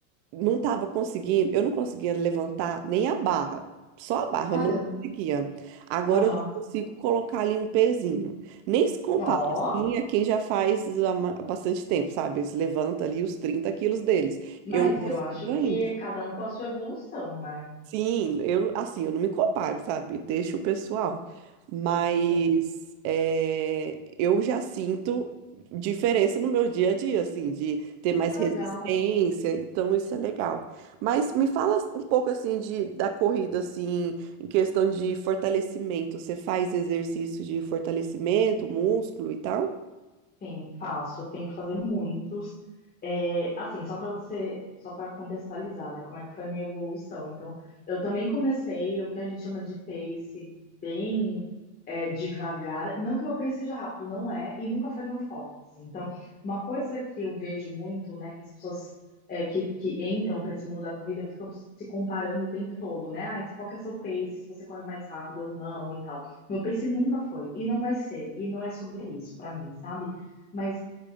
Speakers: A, on the right; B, on the left.
A: não estava conseguindo, eu não conseguia levantar nem a barra, só a barra,
B: Caramba.
A: eu não conseguia. Agora
B: Aham.
A: eu já consigo colocar ali um pezinho. Nem se compara
B: Ó,
A: assim a quem já faz há ma- bastante tempo, sabe? Eles levantam ali os 30 quilos deles.
B: mas
A: Eu não consigo
B: eu acho que
A: ainda.
B: cada um com a sua evolução, né?
A: Sim, eu assim, eu não me comparo, sabe? Deixa o pessoal. Mas
B: Sim.
A: é, eu já sinto diferença no meu dia a dia, assim, de ter mais
B: Que
A: resistência,
B: legal.
A: então isso é legal. Mas me fala um pouco assim de da corrida assim, em questão de fortalecimento. Você faz exercício de fortalecimento, músculo e tal?
B: Sim, faço. Eu Tenho que fazer muitos. É, assim, só para você, só para contextualizar, né? Como é que foi a minha evolução. Então, eu também comecei o que a gente chama de pace bem é, devagar. Não que meu pace seja rápido, não é, e nunca foi meu foco, assim. Então, uma coisa que eu vejo muito, né, que as pessoas é, que, que entram para esse mundo da corrida ficam se comparando o tempo todo, né? Ah, qual que é seu pace, se você corre mais rápido ou não e tal. Meu pace nunca foi, e não vai ser, e não é sobre isso para mim, sabe? Mas